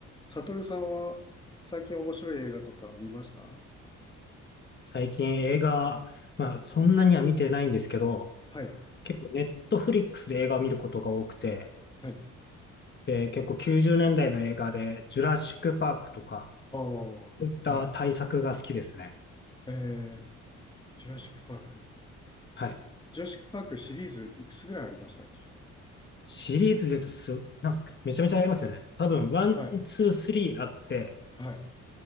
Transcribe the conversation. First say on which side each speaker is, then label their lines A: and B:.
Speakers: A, on the left (about 15°); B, on the left (about 35°).
A: サトルさんは最近面白い映画とか見ました
B: 最近映画、まあそんなには見てないんですけど、
A: はい、
B: 結構ネットフリックスで映画を見ることが多くて、
A: はい。
B: で、結構90年代の映画で、ジュラシックパークとか、
A: あ
B: そういった大作が好きですね。
A: あ、はい。えー、ジュラシックパーク。
B: はい。
A: ジュラシックパークシリーズいくつぐらいありましたっけ
B: シリーズで言うとす、なんかめちゃめちゃありますよね。多分、ワン、
A: はい、
B: ツー、スリーあって、
A: はい。